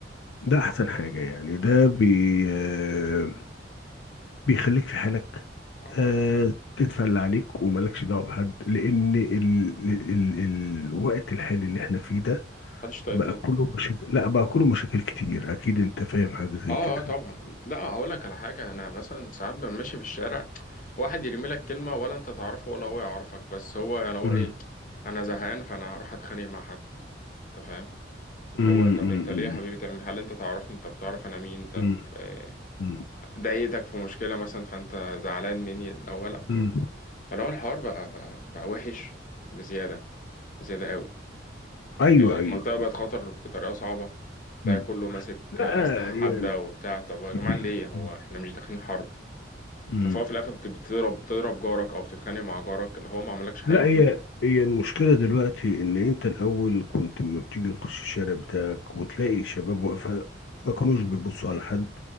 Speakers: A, on the left; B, on the left.
A: ده احسن حاجه يعني ده بي آه بيخليك في حالك
B: اه
A: آه تتفل عليك وملكش دعوه بحد لان ال ال ال الوقت الحالي اللي احنا فيه ده
B: محدش طايق
A: بقى
B: تاني
A: كله مشاكل لا بقى كله مشاكل كتير اكيد انت فاهم حاجه زي
B: اه
A: كده
B: اه طبعا لا هقول لك على حاجه انا مثلا ساعات ببقى ماشي في الشارع واحد يرمي لك كلمه ولا انت تعرفه ولا هو يعرفك بس هو يعني هو
A: مم.
B: ايه انا زهقان فانا هروح اتخانق مع حد انت فاهم اللي
A: مم.
B: هو طب
A: مم.
B: انت ليه يا حبيبي تعمل هل انت تعرفني طب تعرف انا مين طب
A: مم.
B: آه،
A: مم.
B: ضايقتك في مشكله مثلا فانت زعلان مني الاول لا طب
A: مم.
B: فلو الحوار بقى بقى, بقى وحش بزياده زيادة قوي
A: ايوه ايوه
B: المنطقة بقت خطر بطريقة صعبة
A: مم.
B: تلاقي كله ماسك
A: لا
B: أسلحة حادة
A: يعني
B: وبتاع طب يا جماعة
A: <laughs>
B: ليه هو احنا مش داخلين حرب
A: مم.
B: ففهو في الآخر بت- بتضرب بتضرب جارك أو بتتخانق مع جارك اللي هو ما عملكش حاجة
A: لا هي هي المشكله دلوقتي ان انت الاول كنت لما بتيجي تخش الشارع بتاعك وتلاقي شباب واقفه ما كانوش بيبصوا على حد